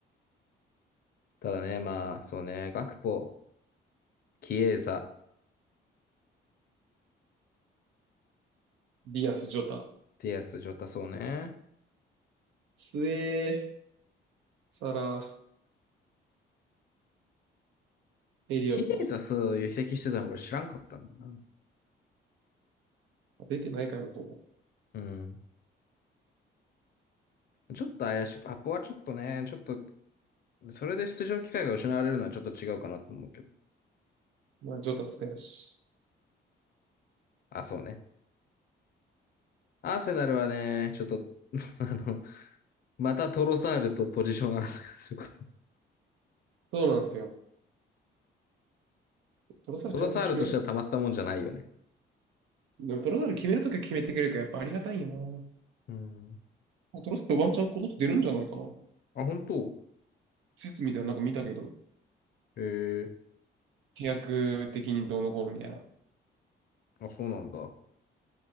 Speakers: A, on the left; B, on the right.
A: ただね、まあ、そうね、ガクポ、キエーザ、
B: ディアス・ジョタ。
A: ティアス、ジョタ、そうね。
B: スエー、サラ、エリオット。
A: キエーザ、そういう移籍してたの俺知らんかったんだな。
B: あ出てないからね、ほぼ。
A: うん。ちょっと怪しい。バポはちょっとね、ちょっと、それで出場機会が失われるのはちょっと違うかなと思うけど。
B: まあ、ジョタ、スペラシ。
A: あ、そうね。アーセナルはね、ちょっと、<laughs> あの、またトロサールとポジション争いすること
B: そうなんですよ。トロサルちゃんと決める。
A: トロサールとしてはたまったもんじゃないよね。
B: でもトロサル決めるときは決めてくれるから、やっぱありがたいよな。
A: うん。
B: あトロサルワンチャン今年出るんじゃないかな。
A: あ、本当
B: 説みたいななんか見たけど。
A: へえ、
B: 契約的にどうのこうのみたいな。
A: あ、そうなんだ。